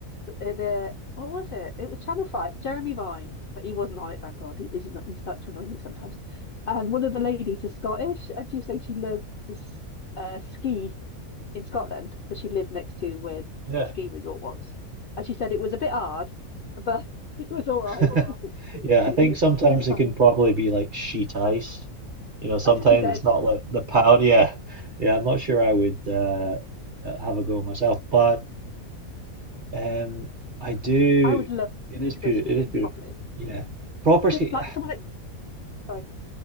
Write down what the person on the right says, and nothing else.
<laughs> Yeah.
<laughs>
Yeah,
I think
sometimes
it can probably be like sheet ice. You know, sometimes
it's not like the pound. Yeah, yeah. I'm not sure I would uh, uh, have a go myself, but um, I do.
It is
beautiful.
It is beautiful.
Yeah, proper ski.
<sighs>